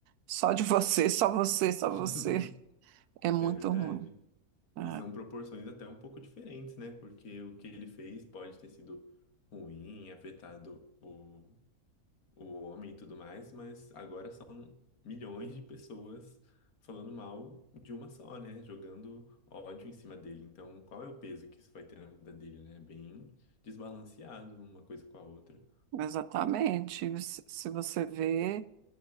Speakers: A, on the right (about 85°); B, on the left (about 70°).
A: Só de <laughs> você, só você, só
B: <laughs>
A: você. É muito
B: É verdade.
A: ruim. É,
B: E são proporções até um pouco diferentes, né? Porque o que ele fez pode ter sido ruim, afetado o, o homem e tudo mais, mas agora são milhões de pessoas falando mal de uma só, né? Jogando ódio em cima dele. Então, qual é o peso que isso vai ter na vida dele, né? Bem desbalanceado uma coisa com a outra.
A: exatamente. Se se você vê,